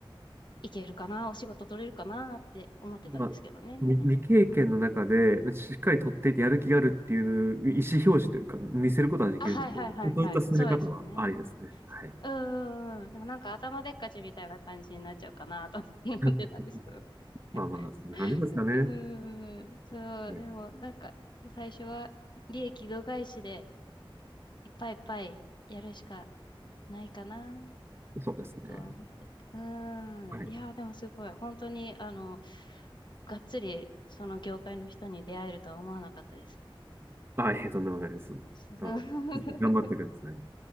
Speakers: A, on the left; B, on the right.
A: いけるかな、お仕事取れるかなって思ってたんですけどね。
B: まあ、み未経験の中で、しっかり取っていてやる気があるっていう意思表示というか、見せることができるので、
A: あ、はいはいはいはい。
B: そういった進め方はありですね。
A: そうですよね。
B: はい。
A: うーん。でもなんか頭でっかちみたいな感じになっちゃうかなと思ってたんですけど
B: <laughs>
A: <laughs>
B: まあまあ、そんな感じですかね。
A: うーん、そう、
B: はい
A: でもなんか最初は利益度外視でいっぱいいっぱいやるしかないかな
B: そうですね。
A: とは思って。うーん、
B: はい。
A: いやー、でもすごい、本当にあの、がっつりその業界の人に出会えるとは思わなかったです。
B: はい、とんでもないです。
A: <laughs>
B: あの、頑張ってください。